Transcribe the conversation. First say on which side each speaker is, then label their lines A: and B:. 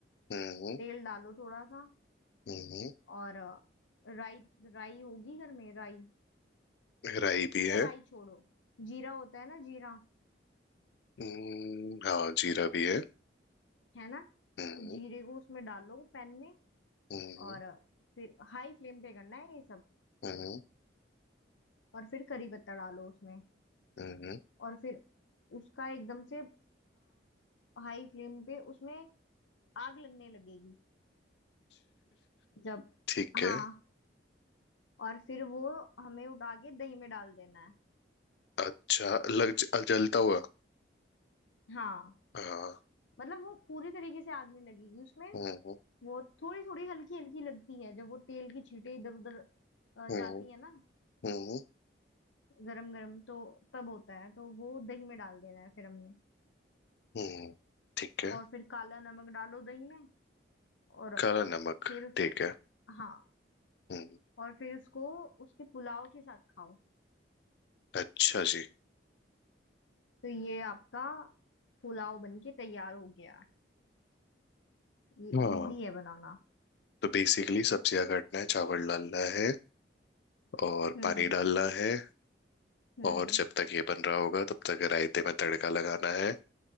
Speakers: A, on the left (about 60°); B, on the left (about 85°).
A: हम्म
B: तेल डालो थोड़ा सा
A: हम्म
B: और अ, राई राई होगी घर में राई
A: राई भी है
B: या राई छोड़ो जीरा होता है ना जीरा
A: हम्म हाँ जीरा भी है
B: है ना
A: हम्म
B: तो जीरे को उसमें डालो पैन में
A: हम्म
B: और अ, फिर हाई फ्लेम पे करना है ये सब
A: हम्म
B: और फिर करी पत्ता डालो उसमें
A: हम्म
B: और फिर उसका एकदम से हाई फ्लेम पे उसमें आग लगने लगेगी जब
A: ठीक
B: हाँ
A: है
B: और फिर वो हमें उठा के दही में डाल देना है
A: अच्छा लग ज- जलता हुआ
B: हाँ
A: हाँ
B: मतलब वो पूरी तरीके से आग नहीं लगेगी उसमें
A: हम्म
B: वो थोड़ी थोड़ी हल्की हल्की लगती है जब वो तेल की छींटे इधर उधर अ,
A: हम्म
B: जाती है ना
A: हम्म
B: गरम गरम तो तब होता है तो वो दही में डाल देना है फिर हमने
A: हम्म ठीक है
B: और फिर काला नमक डालो दही में और
A: काला नमक
B: फिर उसको
A: ठीक है
B: हाँ
A: हम्म
B: और फिर उसको उसके पुलाव के साथ खाओ
A: अच्छा जी
B: तो ये आपका पुलाव बन के तैयार हो गया ये
A: हाँ
B: इजी है बनाना
A: तो बेसिकली सब्जियां काटना है चावल डालना है और
B: हम्म
A: पानी डालना है
B: हम्म
A: और जब तक ये बन रहा होगा तब तक रायते में तड़का लगाना है